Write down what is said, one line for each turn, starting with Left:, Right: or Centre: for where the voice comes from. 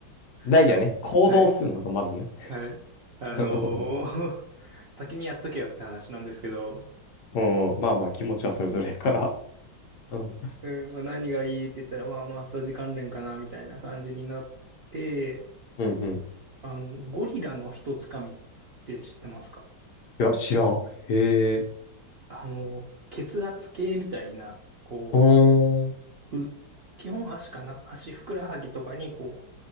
Left: 大事やね。
Right: あ
Left: 行動するのがまずね。
Right: はい、はい。あの
Left: <laughs> うん。
Right: <laughs> 先にやっとけよって話なんですけど、
Left: うんまあまあ、気持ちはそれぞれだから。うん。
Right: うんまあ、何がいいって言ったら、まあ、マッサージ関連かな、みたいな感じになって、
Left: うん。うん。い
Right: あの、ゴリラの一つかみって知ってますか
Left: や、知らん。へえ。
Right: あの、血圧計みたいな、こう、
Left: ほーん。
Right: う、基本足かな足ふくらはぎとかにこう、